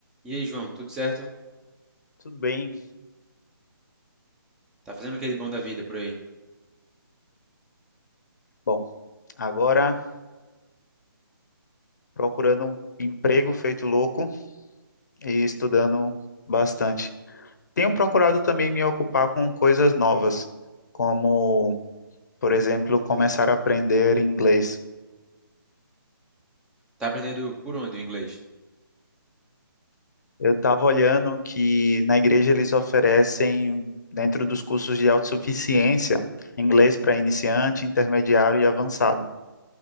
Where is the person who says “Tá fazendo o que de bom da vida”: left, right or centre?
Centre